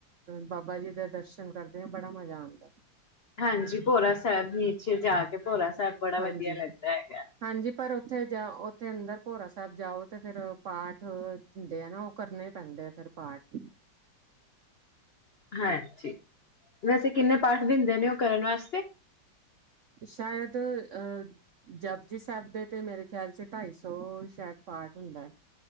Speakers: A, on the right (about 75°); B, on the left (about 70°).
A: ਬਾਬਾ ਜੀ ਦੇ ਦਰਸ਼ਨ ਕਰਦੇ ਆ ਬੜਾ ਮਜ਼ਾ ਆਂਦਾ
B: ਹਾਂਜੀ ਭੋਰਾ ਸਾਹਿਬ ਨੀਚੇ ਜਾ ਕੇ ਭੋਰਾ ਸਾਹਿਬ ਬੜਾ
A: ਹਾਂਜੀ
B: ਵਧੀਆ ਲੱਗਦਾ ਹੈਗਾ
A: ਹਾਂਜੀ ਪਰ ਉੱਥੇ ਜਾ ਉੱਥੇ ਅੰਦਰ ਭੋਰਾ ਸਾਹਿਬ ਜਾਓ ਤੇ ਫੇਰ ਪਾਠ ਦਿੰਦੇ ਆ ਨਾ ਉਹ, ਕਰਨੇ ਹੀ ਪੈਂਦੇ ਆ ਫਿਰ ਪਾਠ <inaudible>
B: ਹਾਂ ਠੀਕ, ਵੈਸੇ ਕਿੰਨੇ ਪਾਠ ਦਿੰਦੇ ਨੇ ਉਹ ਕਰਨ ਵਾਸਤੇ
A: ਸ਼ਾਇਦ ਅਹ ਜਪਜੀ ਸਾਹਿਬ ਦੇ ਤੇ ਮੇਰੇ ਖਿਆਲ ਚ ਢਾਈ ਸੌ ਸ਼ਾਇਦ ਪਾਠ ਹੁੰਦਾ ਏ।